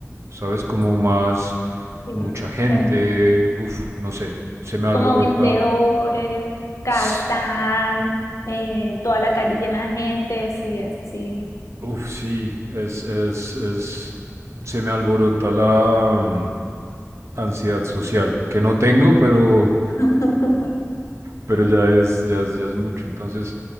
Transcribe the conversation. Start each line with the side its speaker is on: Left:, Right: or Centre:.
Right: ¿Sabes? Como más
Left: sí.
Right: mucha gente,
Left: Ven-
Right: uff, no sé, se me alborota.
Left: Como vendedores, gastan,
Right: S-
Left: eh, toda la calle llena de gente, sí, es así.
Right: Uf, sí, es, es, es, se me alborota la mm, ansiedad social, que no tengo, pero
Left: <laughs>
Right: pero ya es, ya es, ya es mucho. Entonces,